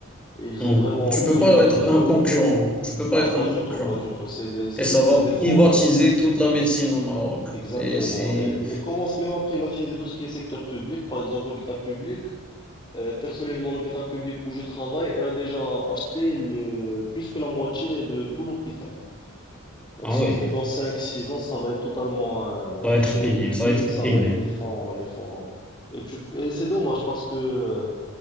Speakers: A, on the left (about 20°); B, in the centre.
A: et ils
B: Hmm.
A: ont vraiment
B: Tu
A: pris
B: peux pas
A: le monopole.
B: être un concurrent. Tu peux
A: Ah,
B: pas être
A: pas
B: un
A: du
B: concurrent.
A: tout, pas du tout, c'est des, c'est
B: Et ça
A: des,
B: va
A: c'est des fonds...
B: privatiser toute la médecine au Maroc.
A: Exactement.
B: Et c'est...
A: Et, ils- ils commencent même à privatiser tout ce qui est secteur public, par exemple l'hôpital public. Euh, personnellement, l'hôpital public où je travaille, elle a déjà acheté le, plus que la moitié de tout l'hôpital. Donc,
B: Ah
A: ce
B: ouais,
A: qui fait dans cinq six ans, ça va être totalement euh,
B: ça
A: du
B: va être
A: semi-public,
B: fini, ça va être
A: ça
B: privé.
A: va être les fonds, les fonds. Et, tu- et c'est dommage parce que, euh,